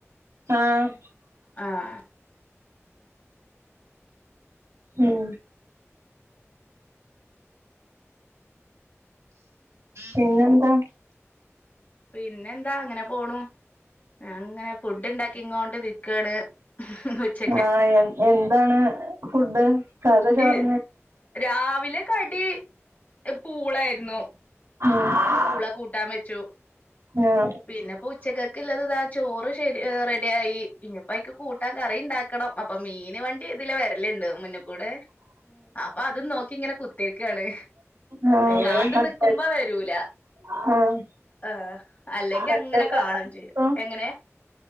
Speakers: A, on the right; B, on the left.
A: ആഹ്
B: ആഹ്
A: ഉം പിന്നെന്താ
B: പിന്നെ എന്താ അങ്ങനെ പോണു അങ്ങനെ ഫുഡ്ണ്ടാക്കിങ്ങോണ്ട് നിക്കാണ് വെച്
A: ആഹ് എ എന്താണ് ഫുഡ് സധാ ചോറിന്
B: ഈ രാവിലെ കടി പൂളായിരുന്നു
A: ആം <unintelligible>
B: പൂള കൂട്ടാൻ വെച്ചു
A: ഏഹ്
B: പിന്നെപ്പോ ഉച്ചക്കെക്കുള്ളത് ഇതാ ചോറ് ശരി റെഡിയായി ഇനിപ്പോ ഐക്ക് കൂട്ടാൻ കറി ഉണ്ടാക്കണം അപ്പൊ മീന് വണ്ടി ഇതിലെ വരലുണ്ട് മു ന്നിൽകൂടെ അപ്പൊ അതും നോക്കി ഇങ്ങനെ കുത്തിര്ക്കാണ്
A: ആഹ്
B: കാത്തു നിിക്കുമ്പോ വരൂല
A: ആഹ്
B: ആഹ് അല്ലെങ്കി
A: ഒറ്റക്കാണോ
B: അങ്ങനെ കാണും ചെയ്യും എങ്ങനെ